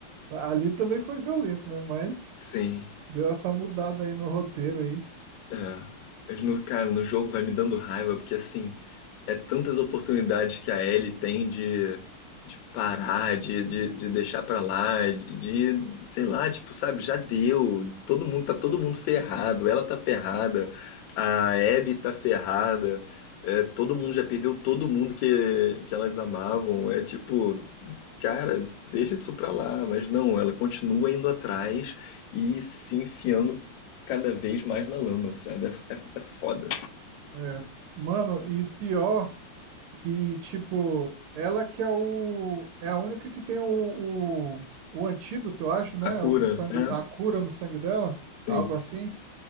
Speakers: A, on the right (about 85°); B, on the left (about 75°).
A: Ali também foi violento, né? Mas
B: Sim.
A: Deu essa mudada aí no roteiro aí.
B: É, mas no, cara, no jogo vai me dando raiva, porque assim, é tantas oportunidades
A: <laughs>
B: que a Ellie tem de, de parar, de, de, de deixar pra lá, de, de, sei lá, tipo, sabe, já deu. Todo mundo, tá todo mundo ferrado, ela tá ferrada, a Abby tá ferrada, é, todo mundo já perdeu todo mundo que, que elas amavam. É tipo, cara, deixa isso pra lá, mas não, ela continua indo atrás e se enfiando cada vez mais na lama, sabe? É, é, é foda.
A: É, é. Mano, e pior que, tipo, ela que é o. É a única que tem o, o, o antídoto, eu acho, né?
B: A cura,
A: O No sangue,
B: é?
A: a cura no sangue dela,
B: Sim.
A: algo assim.